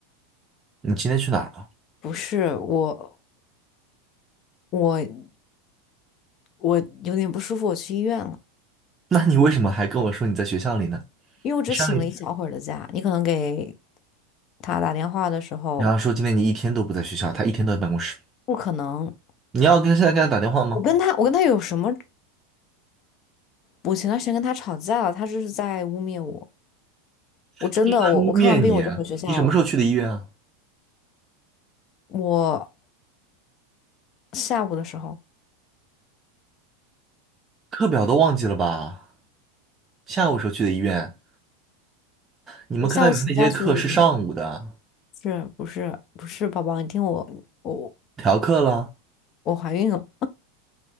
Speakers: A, on the right; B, on the left.
A: 你今天去哪儿了？
B: 不是我，我我有点不舒服，我去医院了。
A: <laughs> 那你为什么还跟我说你在学校里呢？
B: 因为我只请了一小会儿的假，
A: 你上一，
B: 你可能给他打电话的时候，
A: 然后说今天你一天都不在学校，他一天都在办公室，
B: 不可能。
A: 你要跟现在跟他打电话吗？
B: 我跟他，我跟他有什么？我前段时间跟他吵架了，他就是在污蔑我。我真的，
A: 他就是在污蔑你啊，
B: 我我看完病我就回学校了。
A: 你什么时候去的医院啊？
B: 我下午的时候，
A: 课表都忘记了吧？下午时候去的医院，你们课代表那节课是上午的，
B: 我下午请假去的医院，是不是不是，宝宝，你听我，我
A: 调课了，
B: 我怀孕了，